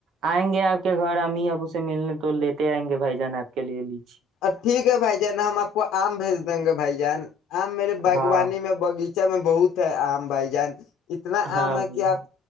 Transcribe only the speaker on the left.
ا ٹھیک ہے بھائی نا ہم آپ کو آم بھیج دیں گے بھائی جان آ میرے باغبانی
میں بغیچہ اچ میں بہت ہے عام بھائی جان اتنا
آم ہے
کہ
آپ